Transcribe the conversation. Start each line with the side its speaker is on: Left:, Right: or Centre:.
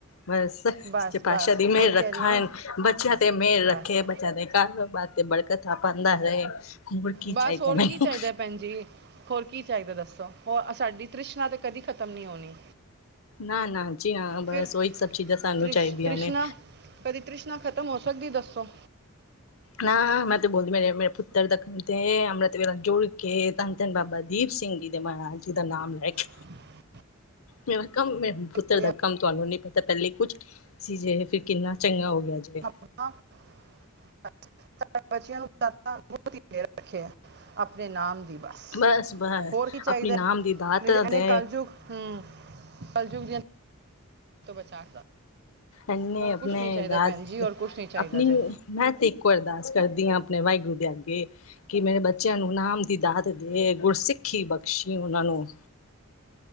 Left: ਬਸ,
Right: ਬਸ
Left: ਸੱਚੇ ਪਾਤਸ਼ਾਦੀ
Right: ਬਸ
Left: ਦੀ ਮਿਹਰ
Right: ਉਹੀ
Left: ਰੱਖਾਂ,
Right: ਕਹਿ ਰਹੀ ਆ ਨਾ
Left: ਬੱਚਿਆਂ ਤੇ ਮਿਹਰ ਰੱਖੇ,
Right: ਬਸ
Left: ਬੱ ਬੱਚਿਆਂ ਦੇ, ਕਾਰੋਬਾਰ ਤੇ ਬੜਕਤਾਂ ਪਾਂਦਾ ਰਹੇ। ਹੋਰ ਕੀ
Right: ਬਸ
Left: ਚਾਹੀਦਾ
Right: ਹੋਰ
Left: ਮੈਨੂੰ
Right: ਕੀ ਚਾਹੀਦਾ ਭੈਣ ਜੀ, ਹੋਰ ਕੀ ਚਾਹੀਦਾ ਦੱਸੋ। ਹੋਰ ਸਾਡੀ ਤ੍ਰਿਸ਼ਨਾ ਤੇ, ਕਦੀ ਖਤਮ ਨਹੀਂ ਹੋਣੀ।
Left: ਨਾ-ਨਾ ਜੀ, ਹਾਂ, ਬਸ
Right: ਫਿਰ
Left: ਉਹੀ ਸਭ ਚੀਜ਼ਾਂ ਸਾਨੂੰ
Right: ਤ੍ਰਿਸ਼
Left: ਚਾਹੀਦੀਆਂ
Right: ਤ੍ਰਿਸ਼ਨਾ
Left: ਨੇ।
Right: ਕਦੀ ਤ੍ਰਿਸ਼ਨਾ ਖ਼ਤਮ ਹੋ ਸਕਦੀ, ਦੱਸੋ?
Left: ਨਾ, ਮੈਂ ਤੇ ਬੋਲਦੀ, ਮੇਰੇ, ਮੇਰੇ ਪੁੱਤਰ ਦੇ ਕੰਮ ਤੇ, ਅੰਮ੍ਰਿਤਵੇਲਾ ਜੁੜਕੇ, ਧੰਨ ਧੰਨ-ਧੰਨ ਬਾਬਾ ਦੀਪ ਸਿੰਘ ਜੀ ਦੇ, ਮਹਾਰਾਜ ਜੀ ਦਾ ਨਾਮ ਲੈਕੇ
Right: <inaudible>
Left: ਮੇਰਾ ਕੰਮ ਏ। ਪੁੱਤਰ
Right: ਕਹਿੰਦੀਆਂ,
Left: ਦਾ ਕੰਮ ਤੁਹਾਨੂੰ ਨੀ ਪਤਾ, ਪਹਿਲੇ ਕੁਛ <inaudible> ਸੀ ਜੇ, ਫਿਰ ਕਿੰਨਾ ਚੰਗਾ ਹੋਗਿਆ ਜੇ।
Right: ਅੱਛਾ <inaudible> ਬੱਚਿਆਂ ਨੂੰ ਦਾਤਾ‌ ਬਹੁਤ ਹੀ ਅੱਗੇ ਰੱਖਿਆ, ਆਪਣੇ ਨਾਮ ਦੀ ਬੱਸ।
Left: ਬਸ ਬਸ
Right: ਹੋਰ ਕੀ ਚਾਹੀਦਾ!
Left: ਆਪਣੀ ਨਾਮ ਦੀ ਦਾਤ
Right: ਨਹੀਂ ਤੇ, ਇਹਨੇ
Left: ਦੇ
Right: ਕਲਜੁਗ ਹੂੰ, ਕਲਜੁਗ ਦੇ ਅੰ ਤੋ ਬਚਾ
Left: ਇਹਨੇ
Right: ਹੋਰ
Left: ਅਪਨੇ
Right: ਕੁਝ ਨਹੀਂ ਚਾਹੀਦਾ
Left: ਦਾਦ--ਅਪਨੀ
Right: ਭੈਣ ਜੀ ਹੋਰ ਕੁਝ ਨਹੀਂ ਚਾਹੀਦਾ ਜੇ
Left: ''ਮੈਂ ਤੇ ਇੱਕੋ ਅਰਦਾਸ ਕਰਦੀ ਹਾਂ ਆਪਣੇ 'ਵਾਹਿਗੁਰੂ' ਦੇ ਅੱਗੇ ਕਿ ਮੇਰੇ ਬੱਚਿਆਂ ਨੂੰ ਨਾਮ ਦੀ ਦਾਤ ਦੇ, ਗੁਰਸਿੱਖੀ ਬਖਸ਼ੀ ਉਹਨਾਂ ਨੂੰ।